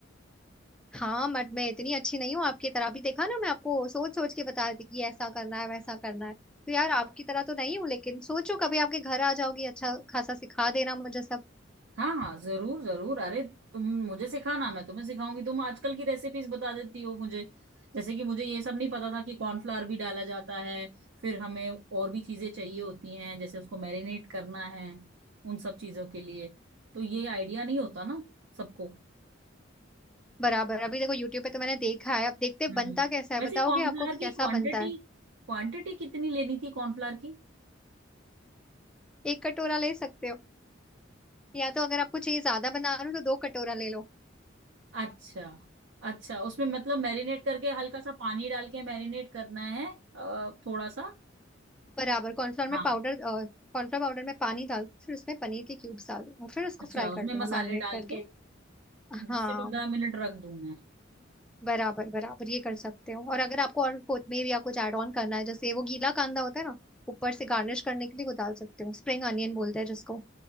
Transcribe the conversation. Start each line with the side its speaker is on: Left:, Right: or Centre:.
Centre: हाँ बट मैं इतनी अच्छी नहीं हूँ आपकी तरह भी देखा ना मैं आपको सोच सोच के बता रही थी कि ऐसा करना है वैसा करना है तो यार आपकी तरह तो नहीं हूँ लेकिन सोचो कभी आपके घर आ जाओगी अच्छा खासा सिखा देना मुझे सब
Right: हाँ हाँ जरूर जरूर अरे तुम मुझे सिखाना मैं तुम्हें सिखाऊंगी तुम आजकल की रेसिपीज बता देती हो मुझे जैसे कि मुझे ये सब नहीं पता था कि कॉर्नफ्लावर भी डाला जाता है फिर हमें और भी चीजें चाहिए होती हैं जैसे उसको मैरिनेट करना है उन सब चीजों के लिए तो ये आइडिया नहीं होता ना सबको
Centre: बराबर अभी देखो यूट्यूब पे तो मैंने देखा है अब देखते हैं
Right: हम्म
Centre: बनता कैसा है
Right: वैसे
Centre: बताओगे
Right: कॉर्नफ्लावर
Centre: आपको कि कैसा
Right: की क्वांटिटी
Centre: बनता है
Right: क्वांटिटी कितनी लेनी थी कॉर्नफ्लावर की
Centre: एक कटोरा ले सकते हो या तो अगर आपको चाहिए ज्यादा बना रहे हो तो दो कटोरा ले लो
Right: अच्छा अच्छा उसमें मतलब मैरिनेट करके हल्का सा पानी डाल के मैरिनेट करना है अ, थोड़ा सा
Centre: बराबर कॉर्नफ्लोर में
Right: हाँ
Centre: पाउडर कॉर्नफ्लोर पाउडर में पानी डाल फिर उसमें पनीर के क्यूब्स डाल दो और फिर उसको
Right: अच्छा
Centre: फ्राई कर
Right: उसमें
Centre: लेना
Right: मसाले
Centre: मैरिनेट
Right: डाल
Centre: करके
Right: के
Centre: हाँ
Right: दस से पंद्रह मिनट रख दूं मैं
Centre: बराबर बराबर ये कर सकते हो और अगर आपको और कोथमीर या कुछ ऐड ऑन करना है जैसे वो गीला कांदा होता है ना ऊपर से गार्निश करने के लिए वो डाल सकते हो स्प्रिंग अनियन बोलते हैं जिसको